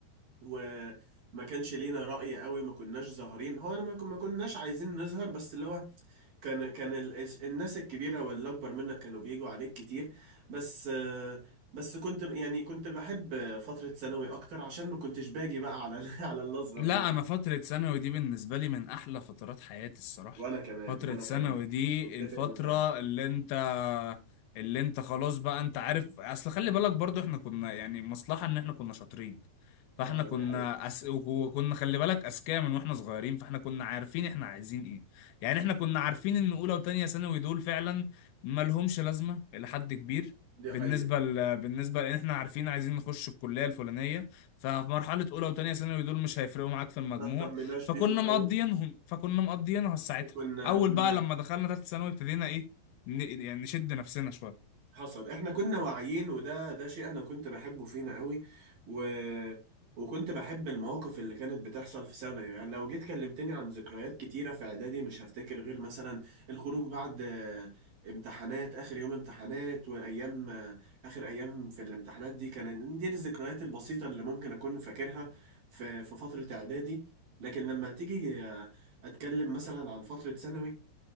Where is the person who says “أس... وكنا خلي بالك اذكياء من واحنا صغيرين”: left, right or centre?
Left